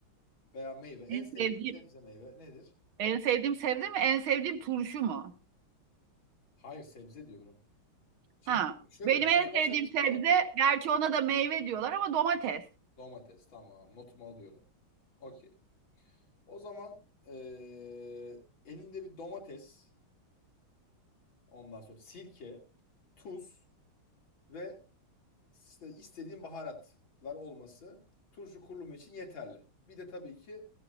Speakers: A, on the left (about 70°); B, on the right (about 80°).
A: Veya meyve. En
B: En
A: sevdiğin
B: sevdiğim,
A: sebze meyve nedir?
B: en sevdiğim sebze mi? En sevdiğim turşu mu?
A: Hayır sebze diyorum. Şimdi
B: Ha.
A: şöyle
B: Benim
A: ben
B: en
A: istersen
B: sevdiğim
A: sana
B: sebze, gerçi ona da meyve diyorlar ama domates.
A: domates tamam notumu alıyorum. Okey. O zaman eee, elinde bir domates ondan sonra sirke, tuz ve işte istediğim baharatlar olması turşu kurulumu için yeterli. Bir de tabii ki